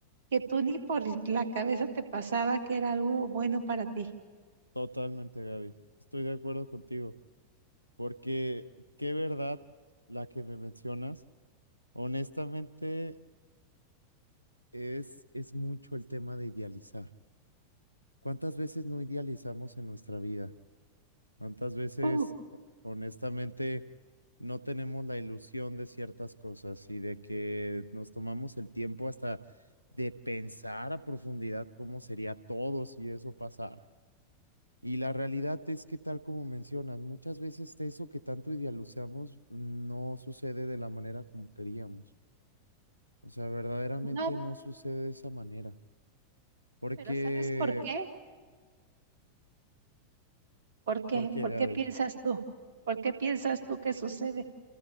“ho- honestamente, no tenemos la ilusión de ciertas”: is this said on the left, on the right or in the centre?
Left